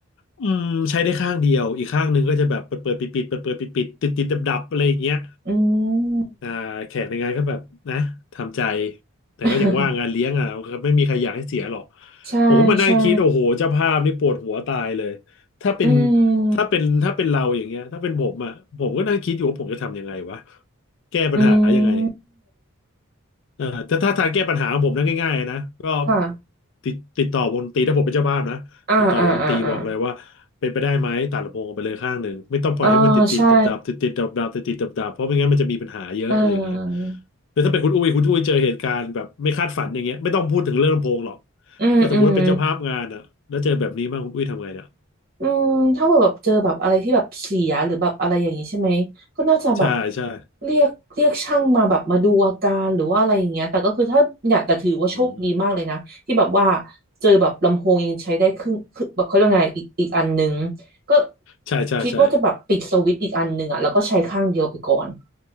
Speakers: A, on the left; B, on the right.
A: อืมใช้ได้ข้างเดียวอีกข้างหนึ่งก็จะแบบเปิดเปิดปิดปิดเปิดเปิดปิดปิดติดติดดับดับๆอะไรอย่างเงี้ย
B: อืม
A: อ่าแขกในงานก็แบบนะทำใจแต่ก็อย่างว่างานเลี้ยงอ่ะก็ไม่มีใครอยากให้เสียหรอก
B: <laughs> ใช่ใช่
A: ผมก็มานั่งคิดโอ้โหเจ้าภาพนี่ปวดหัวตายเลยถ้าเป็น
B: อื
A: ถ้าเป็นถ้าเป็นเราอย่างเงี้ยถ้าเป็นผมอ่ะผมก็นั่งคิดอยู่ว่าผมจะทำยังไงวะ
B: ม
A: แก้ปัญหายังไง
B: อืม
A: เออแต่ถ้าทางแก้ปัญหาของผมนั้นง่ายๆนะก็
B: ค่ะ
A: ติดติดต่อวงดนตรีถ้าผมเป็นเจ้าภาพนะติดต่อวงดนตรีบอกเลยว่าเป็นไปได้ไหมตัดลำโพงออกไปเลยข้างหนึ่งไม่ต้องปล่อยให้มันติดติดดับดับติดติดดับดับติดติดดับดับเพราะไม่งั้นมันจะมีปัญหาเยอะอะไรอย่างเงี้ย
B: อ่าอ่าอ่าอ่าเออใช่เออ
A: แต่ถ้าเป็นคุณอุ้ยคุณอุ้ยเจอเหตุการณ์แบบไม่คาดฝันอย่างเงี้ยไม่ต้องพูดถึงเรื่องลำโพงหรอก
B: อืมอืม
A: ถ้าสมมติว่าเป็นเจ้าภาพงานอ่ะแล้วเจอแบบนี้มากคุณอุ้ยทำไงเนี่ย
B: อืมถ้าแบบเจอแบบอะไรที่แบบเสียหรือแบบอะไรอย่างนี้ใช่ไหมก็น่าจะแบบ
A: ใช่ใช่
B: เรียกเรียกช่างมาแบบมาดูอาการหรือว่าอะไรอย่างเงี้ยแต่ก็คือถ้าเนี่ยแต่ถือว่าโชคดีมากเลยนะที่แบบว่า
A: อืม
B: เจอแบบลำโพงยังใช้ได้ครึ่งคือแบบเขาเรียกไงอีกอีกอันหนึงก็
A: ใช่ใช่ใช่
B: คิดว่าจะแบบปิดสวิตช์อีกอันหนึงอ่ะแล้วก็ใช้ข้างเดียวไปก่อน